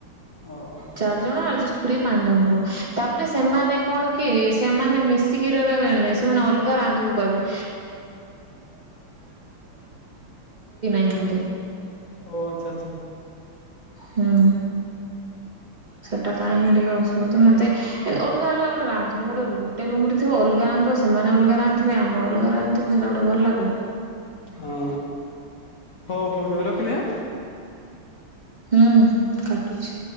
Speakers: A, on the left; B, on the right.
A: ଓହୋ।
B: ଚାରି ଜଣ ଆଡଜଷ୍ଟ କରି ପାଞ୍ଚ ଜଣ। ହବ ତାପରେ ସେମାନେ କଣ କି ସେମାନେ ମିଶିକି ରହିବା କହିବା ନାଇ ସେମାନେ ଅଲଗା ରାନ୍ଧୁବ କହିବେ। <unintelligible>
A: ଓ ଆଛା ଆଚ୍ଛା।
B: ହୁଁ ସେଟା ପାଇଁ ହିଁ ଟିକେ ଅସୁବିଧା ମତେ ଅଲଗା ଅଲଗା ଗୋଟେ ରାନ୍ଧ ଥିବ ଗୋଟେ ଗୁଟେ ରୁମ ରେ ଥିବୁ ଅଲଗା ରାନ୍ଧଥିବ ସେମାନେ ଅଲଗା ରାନ୍ଧିଥିବେ ଆମେ ଅଲଗା ରାନ୍ଧିଥିବୁ ତେ ଗୋଟେ ଭଲ ଲାଗିବ।
A: ହଁ ହଉ ହଉ ରହ ରଖିଲି ଆଁ?
B: ହୁଁ କାଟୁଛି।